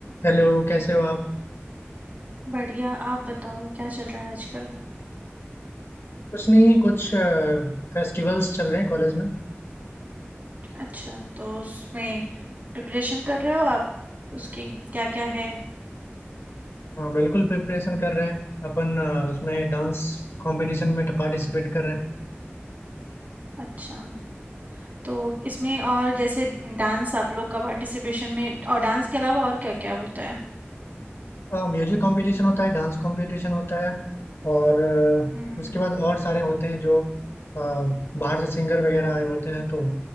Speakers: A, on the left; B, on the right.
A: Hello कैसे हो आप
B: बढ़िया आप बताओ क्या चल रहा है आजकल
A: कुछ नहीं कुछ फेस्टिवल्स चल रहे हैं कॉलेज में
B: अच्छा तो उसमें प्रिपरेशन कर रहे हो आप उसकी क्या क्या है
A: हाँ बिल्कुल प्रिपरेशन कर रहे हैं अपन अ, उसमें डांस कंपटीशन में पार्टिसिपेट कर रहे
B: अच्छा तो इसमें और जैसे डांस आप लोग का पार्टिसिपेशन में और डांस के अलावा और क्या क्या होता है
A: हैं म्यूजिक कंपटीशन होता है डांस कंपटीशन होता है और अ,
B: हम्म हम्म
A: उसके बाद और सारे होते हैं जो अ, बाहर से सिंगर वगैरह आए होते हैं तो